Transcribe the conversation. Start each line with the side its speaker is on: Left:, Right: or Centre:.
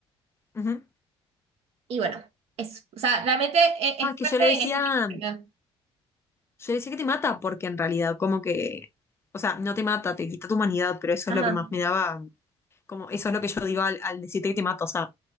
Left: ujú.
Right: y bueno, eso. O sea, realmente es,
Left: No, es
Right: es
Left: que
Right: fuerte
Left: yo le decía,
Right: este tipo de enfermedad.
Left: yo le decía que te mata, porque en realidad como que, o sea, no te mata, te quita tu humanidad, pero eso
Right: Ajá.
Left: es lo que más me daba, como, eso es lo que yo digo al, al decirte que te mata, o sea,